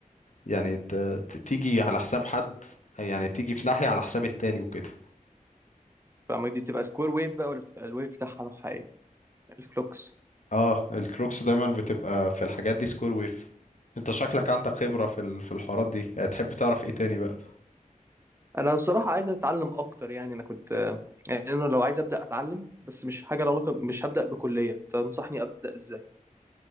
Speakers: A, on the left; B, on the right.
A: يعني ت... ت... تيجي على حساب حد يعني تيجي في ناحية على حساب التاني وكده
B: فما دي بتبقى سكوير ويف بقى ولا بتبقى الويف بتاعها نوعها ايه الكلوكس
A: اه الكلوكس دايما بتبقى في الحاجات دي سكوير ويف انت شكلك عندك خبرة في ال... في الحوارات دي آه، تحب تعرف ايه تاني بقى
B: انا بصراحة عايز اتعلم اكتر يعني انا كنت آه، يعني انا لو عايز ابدا اتعلم بس مش حاجة لها علاقة مش هبدا بكلية تنصحني ابدا ازاي